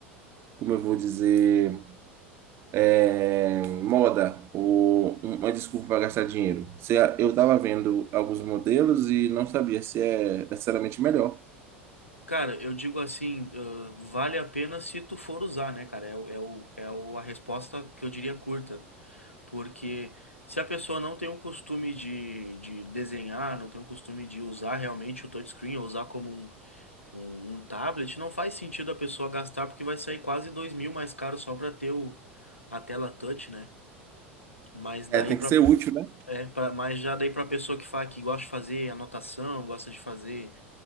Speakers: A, on the right; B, on the left.
A: como eu vou dizer é, moda, ou uma desculpa para gastar dinheiro. Se a- eu estava vendo alguns modelos e não sabia se é necessariamente melhor.
B: Cara, eu digo assim, ãh, vale a pena se tu for usar, né, cara? É, o, é, o, é o- a resposta que eu diria curta. Porque se a pessoa não tem o costume de, de desenhar, não tem o costume de usar realmente o touchscreen, ou usar como um Um, um tablet não faz sentido a pessoa gastar porque vai sair quase dois mil mais caro só para ter o, a tela touch, né? Mas daí
A: É, tem
B: para
A: que ser útil, né?
B: é, pra, mas já daí para pessoa que faz que gosta de fazer anotação, gosta de fazer